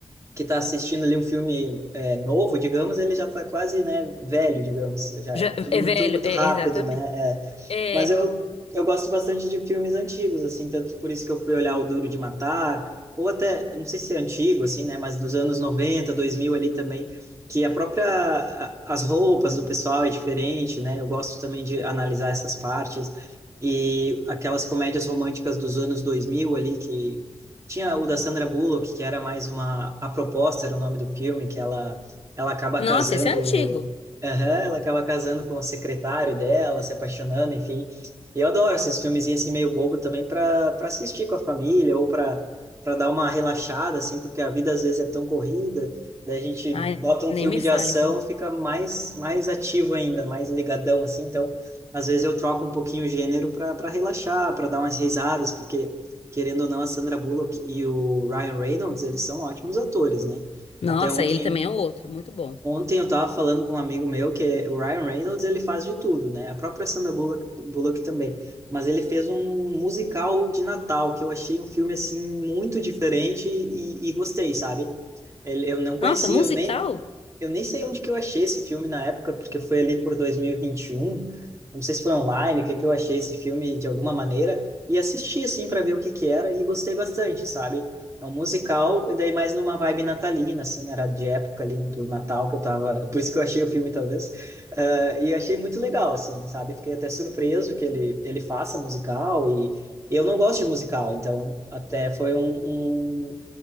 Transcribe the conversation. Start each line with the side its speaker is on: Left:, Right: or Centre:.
Right: que tá assistindo ali um filme é, novo, digamos, ele já tá quase, né, velho, digamos, já é
Left: Já,
Right: tudo
Left: é
Right: muito,
Left: velho,
Right: muito
Left: é,
Right: rápido,
Left: exatamente.
Right: né? É,
Left: É.
Right: mas eu, eu gosto bastante de filmes antigos, assim, tanto por isso que eu fui olhar O Duro de Matar, ou até, não sei se é antigo, assim, né, mas dos anos noventa dois mil ali também, que a própria, a- as roupas do pessoal é diferente, né, eu gosto também de analisar essas partes, e aquelas comédias românticas dos anos 2000 ali, que tinha o da Sandra Bullock, que era mais uma, A Proposta era o nome do filme, que ela, ela acaba
Left: Nossa,
Right: casando
Left: esse é antigo.
Right: Aham, ela acaba casando com o secretário dela, se apaixonando, enfim. E eu adoro esses filmezinhos assim meio bobo também para para assistir com a família ou para para dar uma relaxada assim, porque a vida às vezes é tão corrida, daí a gente bota
Left: Ai,
Right: um filme
Left: nem me
Right: de ação,
Left: fale, viu?
Right: fica mais mais ativo ainda, mais ligadão assim. Então, às vezes eu troco um pouquinho o gênero para para relaxar, para dar umas risadas, porque querendo ou não a Sandra Bullock e o Ryan Reynolds, eles são ótimos atores, né?
Left: Nossa,
Right: Até ontem
Left: ele também é um outro, muito bom.
Right: Ontem eu estava falando com um amigo meu que o Ryan Reynolds ele faz de tudo, né? A própria Sandra Bullock, Bullock também. Mas ele fez um musical de Natal que eu achei um filme assim muito diferente e, e gostei, sabe? Ele, eu não
Left: Nossa,
Right: conhecia,
Left: musical?
Right: eu nem eu nem sei onde que eu achei esse filme na época, porque foi ali por dois mil e e vinte e um Não sei se foi online, o que que eu achei esse filme de alguma maneira e assisti assim para ver o que que era e gostei bastante, sabe? É um musical e daí mais numa vibe natalina, assim, era de época ali do Natal que eu tava, <laughs> por isso que eu achei o filme talvez. Ah, e achei muito legal assim, sabe? Fiquei até surpreso que ele ele faça musical e eu não gosto de musical, então até foi um, um